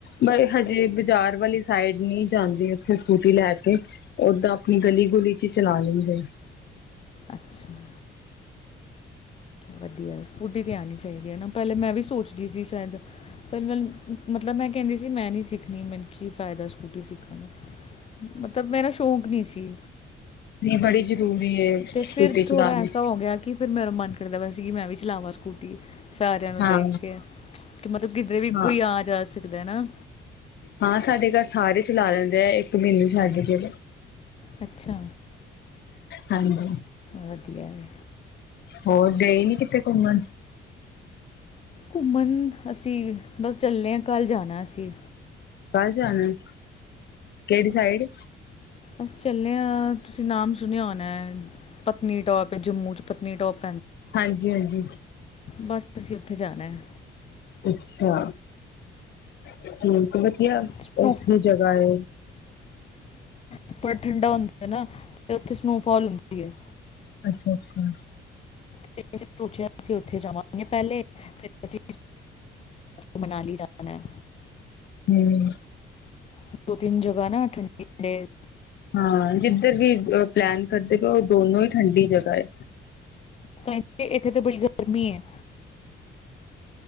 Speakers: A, on the left; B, on the left.
A: ਬਟ ਹਜੇ ਬਾਜ਼ਾਰ ਵਾਲੀ ਸਾਈਡ ਨਹੀਂ ਜਾਂਦੀ ਉਥੇ ਸਕੂਟੀ ਲੈ ਕੇ ਓਦਾਂ ਆਪਣੀ ਗਲੀ ਗੁਲੀ ਚ ਚਲਾ ਲੈਂਦੀ ਆ
B: ਅੱਛਾ <unintelligible> ਵਧੀਆ <unintelligible> ਆਉਨੀ ਚਾਹੀਦੀ ਹੈ ਨਾ ਪਹਿਲੇ ਮੈਂ ਵੀ ਸੋਚਦੀ ਸੀ ਸ਼ਾਇਦ ਪਰ ਮੈ ਮਤਲਬ ਮੈਂ ਕਹਿੰਦੀ ਸੀ ਮੈਂ ਨਹੀਂ ਸਿੱਖਣੀ ਮੈਨੂੰ ਕੀ ਫਾਇਦਾ ਸਕੂਟੀ ਸਿੱਖਣ ਦਾ ਮਤਲਬ ਮੇਰਾ ਸ਼ੌਂਕ ਨਹੀਂ ਸੀ
A: ਨਹੀਂ ਬੜੀ ਜ਼ਰੂਰੀ ਏ
B: ਤੇ ਫ਼ਿਰ
A: ਸਕੂਟੀ ਚਲਾਣੀ
B: ਥੋੜ੍ਹਾ ਐਸਾ ਹੋ ਗਿਆ ਕਿ ਫਿਰ ਮੇਰਾ ਮਨ ਦਾ ਬਸ ਸੀ ਮੈਂ ਵੀ ਚਲਾਵਾਂ ਸਕੂਟੀ ਸਾਰਿਆਂ ਨੂੰ
A: ਹਾਂ।
B: ਦੇਖ ਕੇ ਕਿ ਮਤਲਬ ਕਿਧਰ ਵੀ
A: ਹਾਂ,
B: ਕੋਈ ਆ ਜਾ ਸਕ ਨਾ
A: ਹਾਂ ਸਾਡੇ ਘਰ ਸਾਰੇ ਚਲਾ ਲੈਂਦੇ ਆ ਇੱਕ ਮੈਨੂੰ ਛੱਡ ਕੇ
B: ਅੱਛਾ
A: ਹਾਂਜੀ
B: ਵਧੀਆ ਏ
A: ਹੋਰ ਗਏ ਨ ਕਿੱਥੇ ਘੁੰਮਣ
B: ਘੁੰਮਣ ਅਸੀਂ ਬਸ ਚੱਲੇ ਹਾਂ ਘੱਲ ਜਾਣਾ ਅਸੀਂ
A: ਕੱਲ ਜਾਣਾ ਏ ਕਿਹੜੀ ਸਾਈਡ
B: ਅਸੀ ਚੱਲੇ ਹਾਂ ਤੁਸੀਂ ਨਾਮ ਸੁਣਿਆ ਹੋਉਣਾ ਪਤਨੀਟੋਪ ਹੈ ਜੰਮੂ'ਚ ਪਤਨੀਟੋਪ
A: ਹਾਂਜੀ, ਹਾਂਜੀ
B: ਬਸ ਤੂੰਸੀਂ ਉੱਥੇ ਜਾਣਾ ਹੈ।
A: ਅੱਛਾ, ਹਮ ਵਧੀਆ
B: ਸਨੋ
A: ਉਓਥੇ ਜਗ੍ਹਾ ਹੈ।
B: ਉਪਰ ਠੰਡਾ ਹੁੰਦਾ ਨਾ ਤੇ ਉੱਥੇ ਸਨੋਫਾਲ ਹੁੰਦੀ ਹੈ।
A: ਅੱਛਾ, ਅੱਛਾ
B: ਫੇਰ ਅਸੀਂ ਸੋਚਿਆ ਅਸੀਂ ਉੱਥੇ ਜਾਵਾਂਗੇ ਪਹਿਲੇ ਫਿਰ ਅਸੀ ਮਨਾਲੀ ਜਾਣਾ ਏ।
A: ਹਮ।
B: ਇਕ ਦੋ ਤਿੰਨ ਜਗਾ ਨਾ ਠੰਡੀ ਠੰਡੇ ਏ।
A: ਹਾਂ। ਜਿੱਧਰ ਵੀ ਪਲੈਨ ਕਰਦੇ ਪਏ ਉਹ ਦੋਨੋ ਹੀ ਠੰਡੀ ਜਗ੍ਹਾ ਹੈ।
B: ਤਾਂ ਇੱਥੇ ਇਕ ਇਥੇ ਤਾਂ ਬੜੀ ਗਰਮੀ ਹੈ।